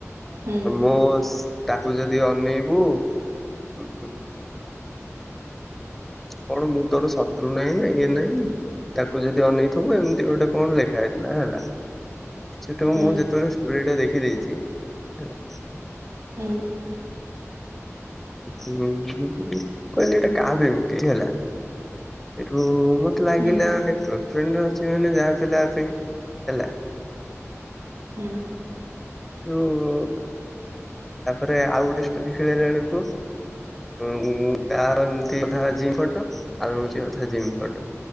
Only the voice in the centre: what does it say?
ମୋ ତାକୁ ଯଦି ଅନେଇବୁ ଉଁ, କଣ ମୁଁ ତୋର ଶତ୍ରୁ ନାହିଁ ନା ଇଏ ନାହିଁ ତାକୁ ଯଦି ଅନେଇଥିବୁ, ଏମିତି ଗୋଟେ କଣ ଲେଖା ହେଇଥିଲା ହେଲା ସେଠାକୁ
ମୁଁ ଯେତେବେଳେ ଷ୍ଟୋରି ଟା ଦେଖିଦେଇଛି ହେଲା
ହଁ କହିଲି ଏଇଟା କାହା ପାଇଁ ମୁ କେହି ହେଲା ଏଠୁ ମତେ ଲାଗିଲା
ଏୟୀ ଗଲ ଫ୍ରେଣ୍ଡ ଅଛି ମାନେ ଯାହା ପ ପାଇଁ ହେଲା
ଯୋଉ ତାପରେ ଆଉ ଗୋଟେ ଷ୍ଟୋରି ଖେଳେଇଲା ବେଳକୁ ଉ ତ ଏମତି ଅଧା ଜିମ ଫଟୋ ଆର ହଉଛି ଅଧା ଜିମ୍ ଫଟୋ।